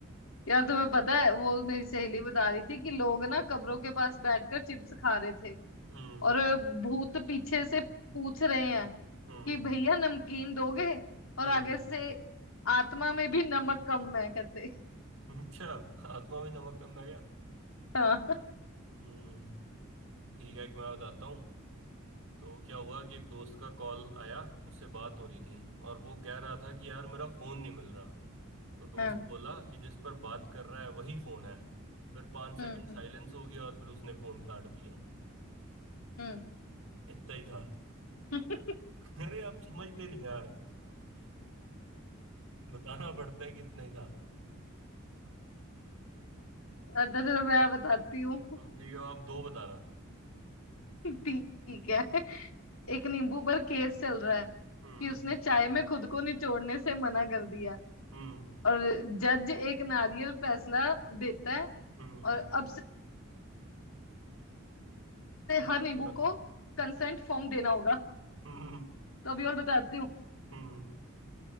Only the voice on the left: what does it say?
यार तुम्हें पता है वो मेरी सहेली बता रही थी कि लोग ना कब्रों के पास बैठकर चिप्स खा रहे थे
और भूत पीछे से पूछ रहे हैं
कि भैया नमकीन दोगे और
आगे से आत्मा में भी नमक कम है कहते
हाँ
हाँ
हम्म
हम्म
<laughs>
अच्छा चलो मैं बताती हूँ
ठीक है एक नींबू पर केस चल रहा है
कि उसने चाय में खुद को निचोड़ने से मना कर दिया
और जज एक नारियल फैसला देता है
और अब से
हर नींबू
को कंसेंट फॉर्म देना होगा
तो अभी और बताती हूँ